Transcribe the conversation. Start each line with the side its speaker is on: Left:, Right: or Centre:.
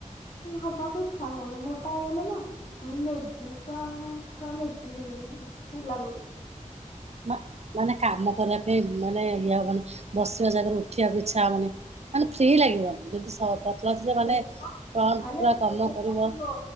Left: ହବାକୁ ଇଚ୍ଛା ହଉନି, ମୋଟା ହେଇଗଲେ ନା ମୁଁ ଲେଜି କ ମାନେ ଲେଜି ହେଇଯିବି ଲାଗୁଛି।
Right: ମ ମାନେ କାମ କରିବା ପାଇଁ ମାନେ ଇଏ ହବନି ମାନେ ବସିବା ଜାଗାରେ ଉଠିବାକୁ ଇଚ୍ଛା ହବନି। ମାନେ ଫ୍ରି ଲାଗିବନି ଯେମିତି ପତଳା ଥିଲେ ମାନେ
Left: ଜମା
Right: ଫଣ୍ଟ
Left: ଖାଲି
Right: ପୁରା
Left: ଅଳସୁଆ
Right: କାମ କରିବ।
Left: ଲାଗିବ